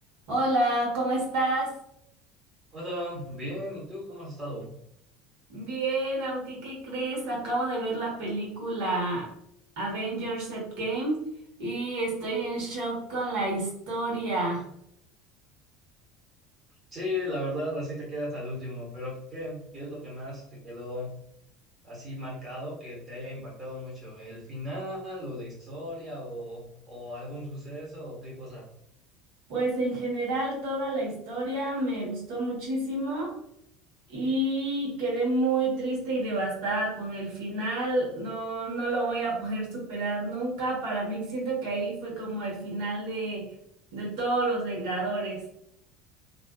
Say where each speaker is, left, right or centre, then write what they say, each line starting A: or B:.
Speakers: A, on the right; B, on the right.
A: Hola, ¿cómo estás?
B: Hola, bien, ¿y tú cómo has estado?
A: Bien, aunque ¿qué crees? Acabo de ver la película Avengers Endgame y estoy en shock con la historia.
B: Sí, la verdad, así te quedas al último, pero ¿qué, qué es lo que más te quedó así marcado que te haya impactado mucho? ¿El final o la historia o, o algún suceso o qué cosa?
A: Pues en general toda la historia me gustó muchísimo y quedé muy triste y devastada con el final. No, no lo voy a poder superar nunca. Para mí siento que ahí fue como el final de, de todos los Vengadores.